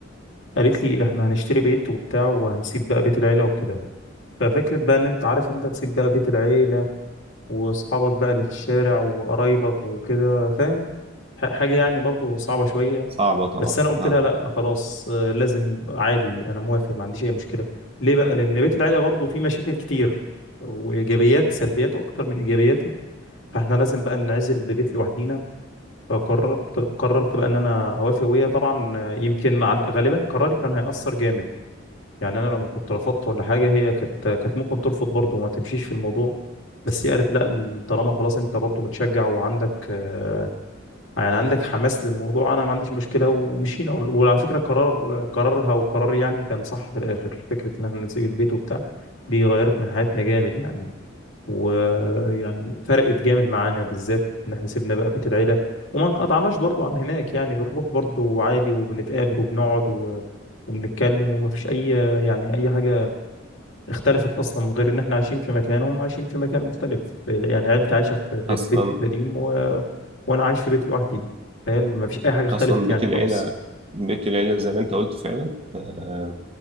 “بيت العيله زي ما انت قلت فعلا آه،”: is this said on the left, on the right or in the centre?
Right